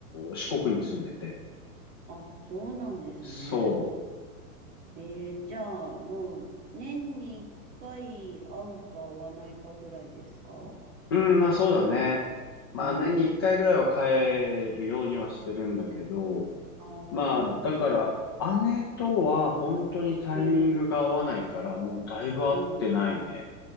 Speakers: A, on the left; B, on the right.
A: 四国に住んでて、
B: あ、そうなんですね。
A: そ
B: ええじゃあ、もう、年に一回会うか会わないかぐらいですか
A: う。うん、まあそうだね。まあ年に一回ぐらいは帰るようにはしてるんだけど、
B: あーあー、
A: まあだから、
B: そうなんだ。
A: 姉とは本当にタイミングが合わないから、
B: うん、
A: もうだいぶ会ってないね。
B: うん。